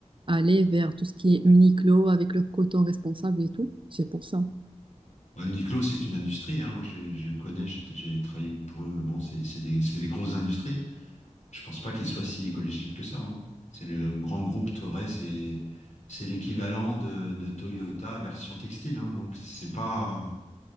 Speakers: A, on the right (about 40°); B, on the left (about 70°).
A: à aller vers tout ce qui est Uniqlo avec leur coton responsable et tout. C'est pour ça.
B: Bah, Uniqlo, c'est une industrie. hein. Moi, j'ai- je connais, j'ai j'ai travaillé pour eux. Bon, c'est c'est des, c'est des grosses industries. Je pense pas qu'il soit si écologique que ça. hein. C'est le grand groupe Toray, c'est c'est l'équivalent de, de Toyota version textile. hein. Donc c'est pas,